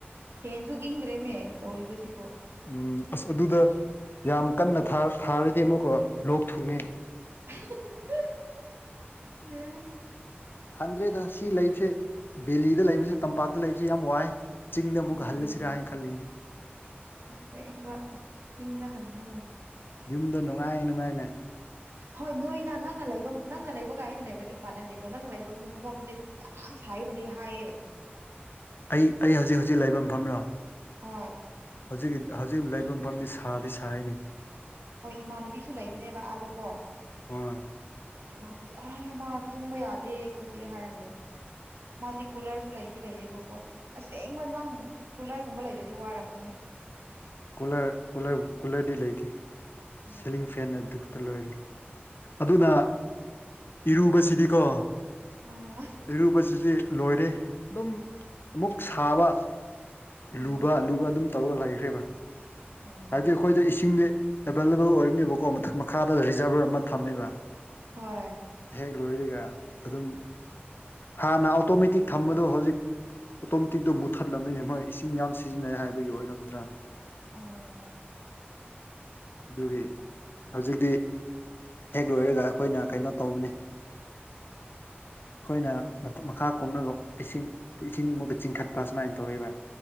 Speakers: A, on the right (about 80°); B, on the left (about 60°).
A: ꯐꯦꯟꯁꯨ ꯏꯪꯗ꯭ꯔꯦꯃꯦ ꯇꯧꯔꯤꯕꯁꯤꯕꯣ
B: ꯎꯝ ꯑꯁ ꯑꯗꯨꯗ ꯌꯥꯝ ꯀꯟꯅ ꯊꯥ ꯊꯥꯔꯗꯤ ꯑꯃꯨꯛꯀ ꯂꯣꯛ ꯊꯨꯡꯉꯦ
A: <unintelligible> ꯕꯦꯔꯥꯅꯤ
B: ꯈꯪꯗ꯭ꯔꯦꯗ ꯁꯤ ꯂꯩꯕꯁꯦ ꯗꯦꯂꯤꯗ ꯂꯩꯕꯁꯦ ꯇꯝꯄꯥꯛꯇ ꯂꯩꯕꯁꯦ ꯌꯥꯝ ꯋꯥꯏ ꯆꯤꯡꯗ ꯑꯃꯨꯛ
A: ꯎꯝ
B: ꯍꯜꯂꯁꯤꯔ ꯈꯜꯂꯤ
A: ꯑꯁꯦꯡꯕ ꯆꯤꯡꯗ ꯍꯟꯕꯅ
B: ꯌꯨꯝꯗ ꯅꯨꯡꯉꯥꯏ ꯅꯨꯡꯉꯥꯏꯅ
A: ꯍꯣꯏ ꯅꯣꯏꯅ ꯅꯪꯅ ꯂꯩꯕ ꯅꯪꯅ ꯂꯩꯕꯒ ꯑꯩꯅ ꯂꯩꯕꯗꯤ ꯃꯥꯟꯅꯗꯦꯀꯣ ꯅꯪꯅ ꯂꯩꯕ ꯃꯐꯝꯗꯨꯗꯤ ꯌꯥꯝ ꯁꯥꯏꯅꯗꯤ ꯍꯥꯏꯌꯦ
B: ꯑꯩ ꯑꯩ ꯍꯨꯖꯤꯛ ꯍꯨꯖꯤꯛ ꯂꯩꯕ ꯃꯐꯝꯔꯣ
A: ꯍꯣꯏ
B: ꯍꯧꯖꯤꯛꯀꯤ ꯍꯧꯖꯤꯛ ꯂꯩꯕ ꯃꯐꯝꯗꯤ ꯁꯥꯗꯤ ꯁꯥꯏꯅꯦ
A: ꯍꯣꯏ ꯏꯃꯥꯟꯅꯕꯤꯁꯨ ꯂꯩꯕꯅꯦꯕ ꯑꯥꯗꯀꯣ
B: ꯍꯣꯏ
A: ꯏꯃꯅꯕꯤꯁꯨ ꯑꯥꯏ ꯃꯥ ꯇꯨꯝꯕ ꯌꯥꯗꯦ ꯈꯣꯠꯇꯦ ꯍꯥꯏꯔ ꯂꯩ ꯃꯥꯗꯤ ꯀꯨꯂꯔꯁꯨ ꯂꯩꯗꯤ ꯂꯩꯌꯦꯕꯀꯣ ꯑꯁꯦꯡꯕ ꯅꯪ ꯀꯨꯂꯔꯒꯨꯝꯕ ꯂꯩꯇ꯭ꯔꯗꯤ ꯋꯥꯔꯝꯃꯅꯤ
B: ꯨꯀꯨꯂꯔ ꯀꯨꯂꯔ ꯀꯨꯂꯔꯗꯤ ꯂꯩꯇꯦ
A: ꯎꯝ
B: ꯁꯤꯂꯤꯡ ꯐꯦꯟ ꯑꯗꯨ ꯂꯣꯏꯔꯦ ꯑꯗꯨꯅꯥ ꯏꯔꯨꯕꯁꯤꯗꯤꯀꯣ
A: ꯑꯥ
B: ꯏꯔꯨꯕꯁꯤꯗꯤ ꯂꯣꯏꯔꯦ ꯑꯗꯨꯝ ꯑꯃꯨꯛ ꯁꯥꯕ
A: ꯎꯝ
B: ꯂꯨꯕ ꯂꯨꯕ ꯑꯗꯨꯝ ꯇꯧꯔꯒ ꯂꯩꯈ꯭ꯔꯦꯕꯥ
A: ꯑꯣ
B: ꯍꯥꯏꯕꯗꯤ ꯑꯩꯈꯣꯏꯗ ꯏꯁꯤꯡꯗꯤ ꯑꯦꯕꯥꯏꯂꯦꯕꯜ ꯑꯣꯏꯕꯅꯦꯕꯀꯣ ꯃꯊꯛ ꯃꯈꯥꯗ ꯔꯤꯖꯥꯚꯔ ꯑꯃ ꯊꯝꯃꯦꯕꯥ
A: ꯍꯣꯏ
B: ꯍꯦꯛ ꯂꯣꯏꯔꯒ ꯑꯗꯨꯝ ꯍꯥꯟꯅ ꯑꯣꯇꯣꯃꯦꯇꯤꯛ ꯊꯝꯕꯗꯣ ꯍꯧꯖꯤꯛ ꯑꯣꯇꯣꯃꯦꯇꯤꯛꯇꯣ ꯃꯨꯠꯊꯠꯂꯝꯃꯦꯅꯦ ꯃꯣꯏ ꯏꯁꯤꯡ ꯌꯥꯝ ꯁꯤꯖꯤꯟꯅꯔꯦ ꯍꯥꯏꯕꯒꯤ ꯑꯣꯏꯔꯝꯗ꯭ꯔꯥ
A: ꯑꯣ
B: ꯗꯨꯒꯤ ꯍꯧꯖꯤꯛꯇꯤ ꯍꯦꯛ ꯂꯣꯏꯔꯒ ꯑꯩꯈꯣꯏꯅ ꯀꯩꯅꯣ ꯇꯧꯕꯅꯦ ꯑꯩꯈꯣꯏꯅ ꯃꯊꯛ ꯃꯈꯥ ꯀꯣꯝꯂꯒ ꯏꯁꯤꯡ ꯏꯁꯤꯡ ꯃꯨꯛꯀ ꯆꯤꯡꯈꯠꯄ ꯁꯨꯃꯥꯏꯅ ꯇꯧꯌꯦꯕ